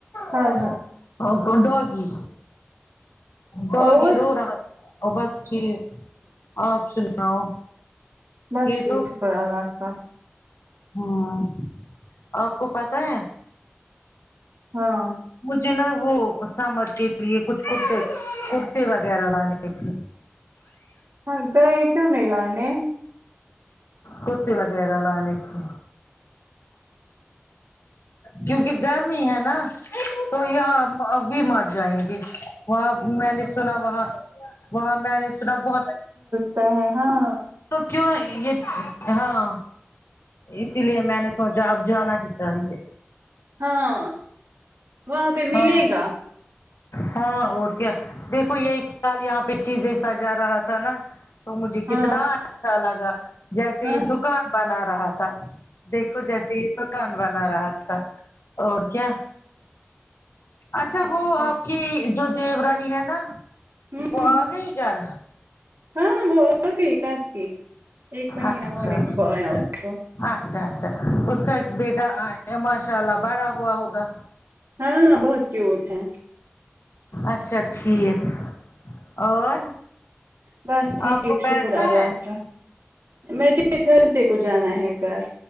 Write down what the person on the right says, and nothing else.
ہائے
ہائے
اور
بس
ٹھیک شکر اللہ کا
ہاں
ہاں گئے کیوں نہیں لانے
تا ہے ہاں
ہاں وہاں پہ ملے
گا
ہاں
ہاں
ٹھیک
ہے
ہوں
ہاں وہ آگئی کب کی ایک مہینہ
ہونے
کو آیا اس کو
ہاں بہت کیوٹ ہے
بس ٹھیک
شکر اللہ
کا مجھے تھرسڈے کو جانا ہے گھر